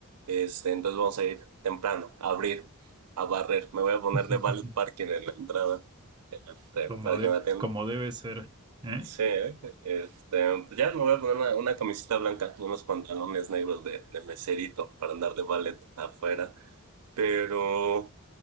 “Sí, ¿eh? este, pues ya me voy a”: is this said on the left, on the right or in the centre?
Right